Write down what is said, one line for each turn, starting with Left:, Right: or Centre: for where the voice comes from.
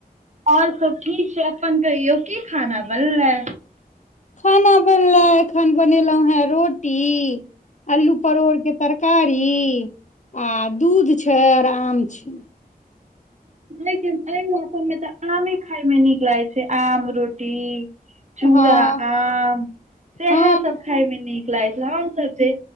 Right: आओर सब ठीक छै अपन कहियौ की खाना बनलै
Left: खाना बनलै एखन बनेलौहुं हें रोटी अल्लू परोड़ के तर कारी आ दूध छै आओर आम छै
Right: एहि एहि मौसममे तऽ आमे खाायमे नीक लागै छै आम रोटी चूड़ा
Left: हँ
Right: आम सएह
Left: हँ
Right: सब खायमे नीक लागैत छल हमसभ जे